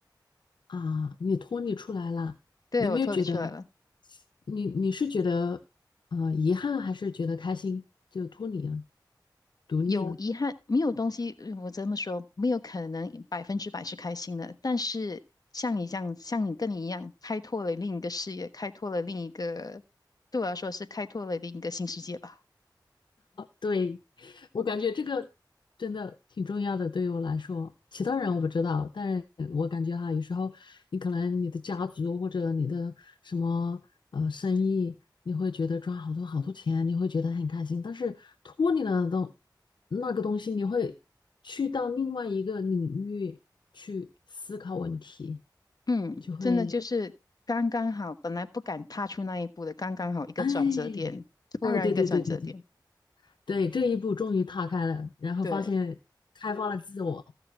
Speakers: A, on the left; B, on the left.
A: 啊，你脱离出来了，
B: 对，
A: 有没有觉得？
B: 我脱离出来了。
A: 你你是觉得呃遗憾，还是觉得开心？就脱离了，独立了。
B: 有遗憾，没有东西，呃我这么说，没有可能百分之百是开心的。但是像你这样，像你跟你一样，开拓了另一个视野，开拓了另一个，对我来说是开拓了另一个新世界吧。
A: 对，我感觉这个真的挺重要的，对于我来说。其他人我不知道，但是我感觉哈，有时候你可能你的家族或者你的什么呃生意，你会觉得赚好多好多钱，你会觉得很开心。但是脱离了东那个东西，你会去到另外一个领域去思考问题，
B: 嗯，
A: 就会
B: 真的就是刚刚好，本来不敢踏出那一步的，刚刚好一个转折点，
A: 哎。
B: 突然一个转折点。
A: 哎，对对对对对对，这一步终于踏开了，然后发现开发了自我。
B: 对，